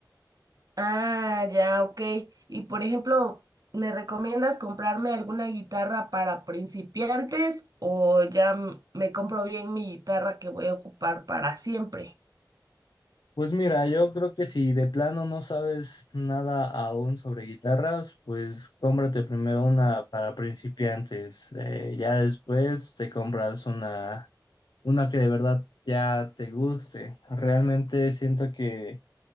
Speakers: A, on the right; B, on the left.
A: Ah, ya, ok. Y por ejemplo, ¿me recomiendas comprarme alguna guitarra para principiantes o ya m- me compro bien mi guitarra que voy a ocupar para siempre?
B: Pues mira, yo creo que si de plano no sabes nada aún sobre guitarras, pues cómprate primero una para principiantes. eh, ya después te compras una, una que de verdad ya te guste. Realmente siento que